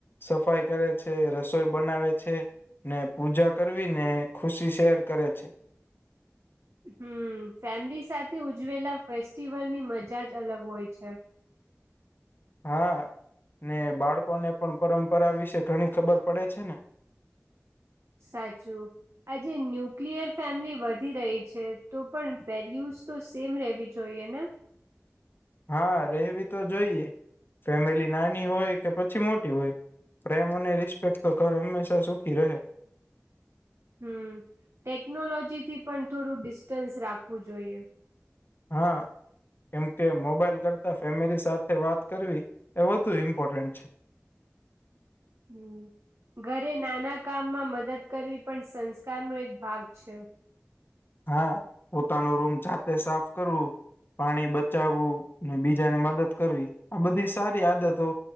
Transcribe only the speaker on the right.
હમ ફેમિલી સાથે ઉજવેલા ફેસ્ટિવલ ની મજા જ અલગ હોય છે.
સાચું. આજે ન્યુક્લિયર ફેમિલી વધી રહી છે તો પણ વેલ્યુઝ તો સેમ રહેવી જોઈએ ને.
હમ ટેકનોલોજી થી પણ થોડું ડિસ્ટન્સ રાખવું જોઈએ.
હમ ઘરે નાના કામમાં મદદ કરવી પણ સંસ્કાર નો એક ભાગ છે.